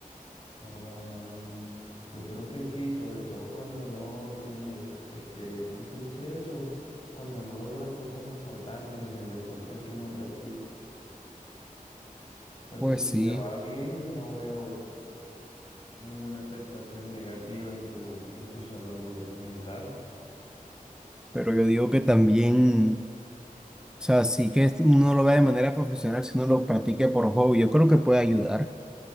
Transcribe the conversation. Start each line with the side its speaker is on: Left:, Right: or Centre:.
Left: Joda, mano. Yo creo que sí, sobre todo cuando no tienes, este, ¿cómo se dice eso? Cuando no logras cosas importantes en el deporte que uno practique. Porque
Centre: Pues
Left: si
Centre: sí,
Left: te va bien, no veo ninguna afectación negativa en tu, en tu salud mental.
Centre: pero yo digo que también, o sea, sí que esto uno lo vea de manera profesional, si uno lo practique por hobby, yo creo que puede ayudar.